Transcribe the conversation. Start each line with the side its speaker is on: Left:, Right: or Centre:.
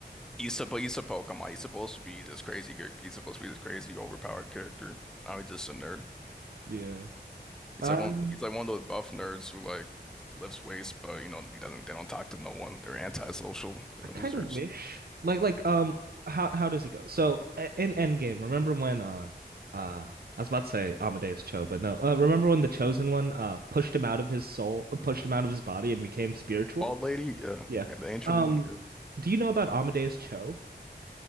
Centre: he's supposed he's come on, he's supposed to be this crazy character. He's supposed to be this crazy overpowered character. Now he's just a nerd.
Right: Yeah.
Centre: He's
Right: Um,
Centre: like one he's like one of those buff nerds who like lifts weights, but you know, he doesn't they don't talk to no one. They're antisocial. They're
Right: I kind
Centre: losers.
Right: of wish like like um how how does it go? So a- in Endgame, remember when uh uh I was about to say Amadeus Cho, but no. Uh, remember when the Chosen One uh pushed him out of his soul, uh, pushed him out of his body and became spiritual?
Centre: Bald lady, yeah,
Right: Yeah.
Centre: yeah, the ancient
Right: Um,
Centre: one, yeah.
Right: do you know about Amadeus Cho?